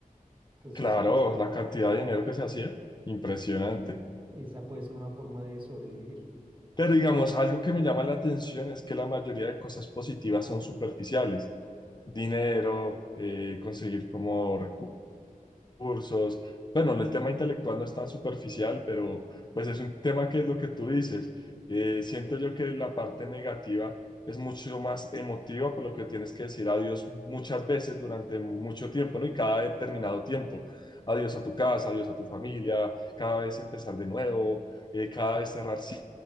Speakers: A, on the right; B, on the left.
A: Entonces,
B: Claro,
A: es-
B: la cantidad de dinero que se hacía, impresionante.
A: es- esa puede ser una forma de sobrevivir.
B: Pero digamos, algo que me llama la atención es que la mayoría de cosas positivas son superficiales. Dinero, eh, conseguir como recursos cursos. Bueno, el tema intelectual no es tan superficial, pero pues es un tema que es lo que tú dices. Eh, siento yo que la parte negativa es mucho más emotiva, por lo que tienes que decir adiós muchas veces durante mucho tiempo, ¿no? Y cada determinado tiempo. Adiós a tu casa, adiós a tu familia, cada vez empezar de nuevo, eh, cada vez cerrar ci-